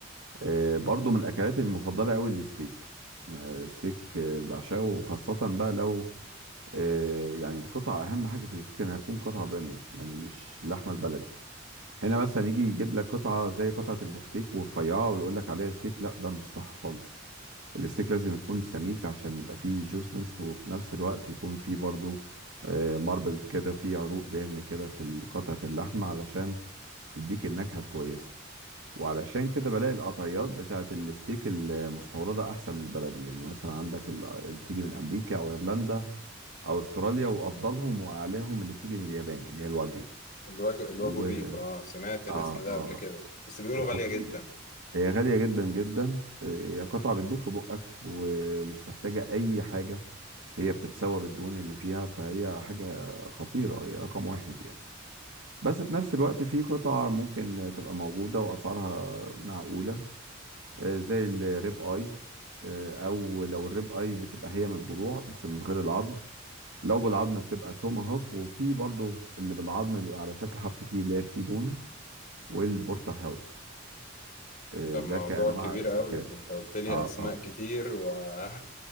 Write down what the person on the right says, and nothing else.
آه، برضو من اكلاتي المفضله قوي الستيك آه، ستيك آه، بعشقه وخاصه بقى لو آه، يعني القطعه اهم حاجه في الستيك انها تكون قطعه بريميوم يعني مش اللحمه البلدي هنا مثلا يجي يجيب لك قطعه زي قطعه البفتيك ورفيعه ويقول لك عليها ستيك لا ده مش صح خالص الستيك لازم يكون سميك عشان يبقى فيه جوسنس وفي نفس الوقت يكون فيه برضو ماربل كده فيه عروق دهن كده في قطعه اللحمه علشان تديك النكهه الكويسه وعلشان كده بلاقي القطعيات بتاعت الستيك المستوردة أحسن من البلدي يعني مثلا عندك ال- بتيجي من أمريكا أو إيرلندا أو أستراليا وأفضلهم وأعلاهم اللي بتيجي من اليابان اللي هي الواجيو
و
آه
آه
خطير
هي غالية جدا جدا آه، هي قطعة بتدوب في بقك ومش محتاجة أي حاجة هي بتتسوى بالدهون اللي فيها فهي حاجة خطيرة هي رقم واحد يعني بس في نفس الوقت في قطع ممكن تبقى موجودة وأسعارها معقولة آه، زي الريب اي آه، او لو الريب اي بتبقى هي من الضلوع بس من غير العظم لو بالعظم بتبقى توماهوف وفي برضو اللي بالعظم بيبقى على شكل حرف تي اللي هي تي بون والبورتر هاوس آه،
ده كانواع
استيكات
اه
اه